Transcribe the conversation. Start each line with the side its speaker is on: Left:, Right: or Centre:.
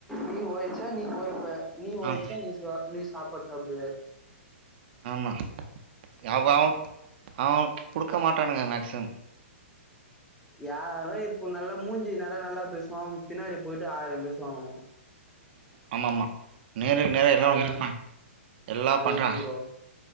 Centre: நீ ஓழச்சா நீ போ போழப்ப நீ ஒழச்சா
Right: ஆம்
Centre: நீ சா நீ சாப்பாடு சாப்டுவ
Right: ஆமா யாவ் ஆவ் அவ குடுக்க மாட்டானுங்க மேக்சிம்
Centre: யாரோ இப்போ நல்லா மூஞ்சி நேர நல்லா பேசுவா பின்னாடி போயிட்டு ஆயிர பேசுவானுங்க
Right: ஆமாம்மா நேருக்கு நேர எல்லா
Centre: அதுதா
Right: வந்து நிப்பா எல்லா
Centre: அதுதா
Right: பண்றா
Centre: ப்ரோ